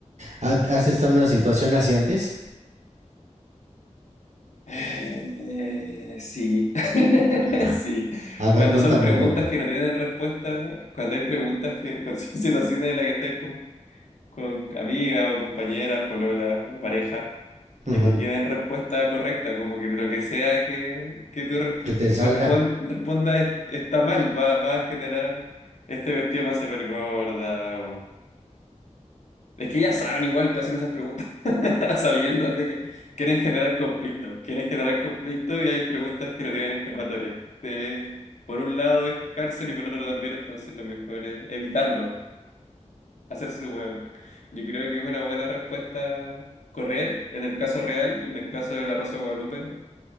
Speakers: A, on the right; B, on the left.
A: ¿Has estado en una situación así antes?
B: Eh, sí, <laughs>
A: Ah,
B: sí.
A: A
B: Cuando
A: ver, cuéntame
B: son preguntas
A: un poco.
B: que no tienen respuesta, cuando hay preguntas que, cuando son <laughs> situaciones en las que estás con, con amigas o compañeras, polola, una pareja, que
A: Ujú.
B: no tienen respuesta correcta, como que lo que sea que, que tú resp-
A: Que te
B: respon-
A: salga.
B: respondas es- está mal, va, va a generar este vestido más se ver gorda Es que ya saben, igual te hacen esas preguntas <laughs> sabiendo de que quieren generar conflicto, quieren generar conflicto y hay preguntas que no tienen escapatoria. Eh, por un lado es cárcel y por otro también, entonces lo mejor es evitarlo, hacerse el hueón. Yo creo que es una buena respuesta correr en el caso real y en el caso de la Rosa de Guadalupe